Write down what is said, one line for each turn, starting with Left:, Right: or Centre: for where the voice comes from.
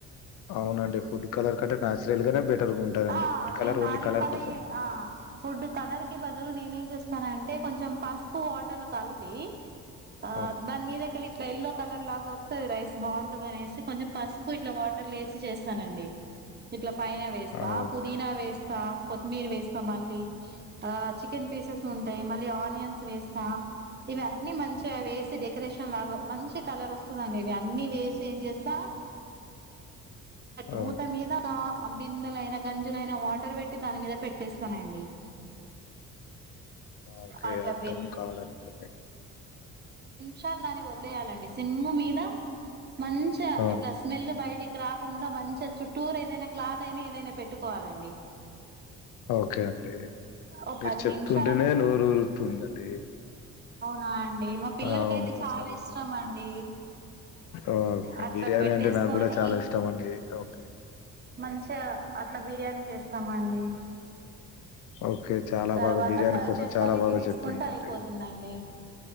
Left: అవునండి ఫుడ్ కలర్ కంటే నేచురల్ గానే బెటర్ గా ఉంటదండి
Right: ఆ
Left: ఫుడ్ కలర్
Right: నేను
Left: ఓన్లీ
Right: దానికి
Left: కలర్
Right: బదియ
Left: కోసం
Right: ఆ ఫుడ్ కలర్ కి బది అందులు నేనే ఏం చేస్తాన అంటే కొంచెం పసుపు వాటర్ లో కలిపి ఆ
Left: ఓకే
Right: దానిమీద కెళ్ళి ఇట్లా ఎల్లో కలర్ లాగా వస్తుంది రైస్ బాగుంటది అనేసి కొంచెం పసుపు ఇట్లా వాట వేసి చేస్తానండి ఇట్లా పైన వేస్తా
Left: ఆ ఓకే
Right: పుదీనా వేస్తా కొత్తిమీర వేస్తా మళ్ళీ ఆ చికెన్ పీసెస్ మళ్లీ ఆనియన్స్ వేస్తా ఇవన్నీ మంచిగా వేసి డెకరేషన్ లాగా మంచి కలర్ వస్తుందండి ఇవి అన్నీ వేసి ఏం చేస్తా
Left: ఆ,
Right: మూత
Left: అవును.
Right: మీద బిందెలైన గంజులైన వాటర్ పెట్టి దాని మీద పెట్టేస్తానండి
Left: ఓకే
Right: అట్లా
Left: ఆ
Right: పె
Left: ధం కావాలంటది
Right: షాలు దాన్ని వదిలేయాలండి సిమ్ము మీద మంచిగ
Left: ఆ,
Right: ఇట్లా స్మెల్ బయటి రాకుండా మంచిగా చుట్టూరూ ఏదైనా క్లాత్ అయినా ఏదైనా పెట్టుకోవాలండి
Left: ఓకే అండి
Right: ఓ
Left: మీరు
Right: పది
Left: చెప్తుంటేనే
Right: నిమిషాల
Left: నోరు ఊరుతుందండి
Right: నా అండి మా పిల్లలకైతే
Left: అవును మసాలా
Right: చాలా ఇష్టం అండి
Left: ఓకే
Right: అట్లా
Left: బిర్యానీ
Right: పెట్టేసుకొని
Left: అంటే నాక్కూడా చాలా ఇష్టం అండి ఓకే
Right: మంచిగా అట్ల బిర్యానీ చేస్తామండి
Left: ఓకే చాలా
Right: తర్వాత
Left: బాగా బిర్యానీ
Right: సర్వ్
Left: కోసం
Right: చేసుకొని
Left: చాలా బాగా
Right: తినేసుకుంటే
Left: చెప్పిండండి.
Right: అయిపోతుందండి